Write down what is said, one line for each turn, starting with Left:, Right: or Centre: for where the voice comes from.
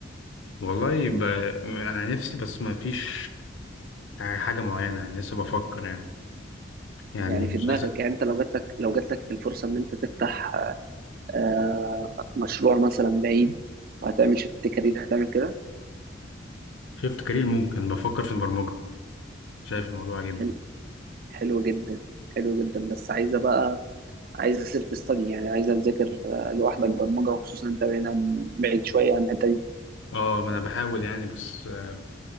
Left: والله ب... انا نفسي بس ما فيش حاجه معينه يعني لسه بفكر يعني يعني
Right: يعني
Left: مش
Right: في دماغك
Left: عايز
Right: يعني انت لو جات لك لو جات لك الفرصه ان انت تفتح آه، مشروع مثلا بعيد وهتعمل شيفت كارير هتعمل كده
Left: شفت كارير ممكن بفكر في البرمجه شايف الموضوع عاجبني
Right: حلو حلو جدا حلو جدا بس عايزه بقى عايزه سيلف ستادي يعني عايزه تذاكر آه، لوحدك برمجه وخصوصا انت هنا بعيد شويه عن الحته دي
Left: اه ما انا بحاول يعني بس آه،